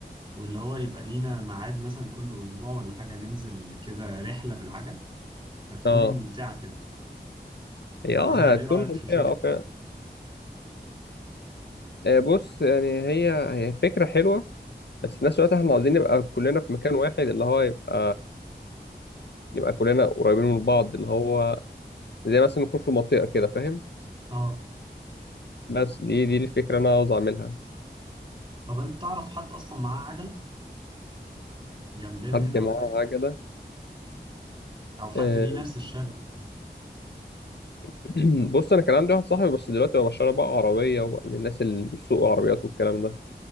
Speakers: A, on the right (about 30°); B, on the left (about 75°).
A: واللي هو يبقى لينا ميعاد مثلا كل اسبوع ولا حاجة ننزل كده رحلة بالعجل هتكون
B: اه
A: ممتعة كده
B: هي
A: فها
B: اه هتكون
A: ايه رأيك
B: ممتعه
A: في الفكرة؟
B: اه فعلا آه، بص يعني هي هي فكره حلوه بس في نفس الوقت احنا عاوزين نبقى كلنا في مكان واحد اللي هو يبقى يبقى كلنا قريبين من بعض اللي هو زي مثلا نكون في منطقه كده فاهم
A: اه
B: بس دي دي الفكره اللي انا عاوز اعملها
A: طب انت تعرف حد اصلا معاه عجلة جنبنا
B: حد
A: هنا
B: معاه
A: او حاجة
B: عجله
A: او حد
B: آه،
A: ليه نفس الشغف
B: <clears throat> بص انا كان عندي واحد صاحبي بس دلوقتي هو بشتري بقى عربيه وبقى من الناس اللي بيسوقوا عربيات والكلام ده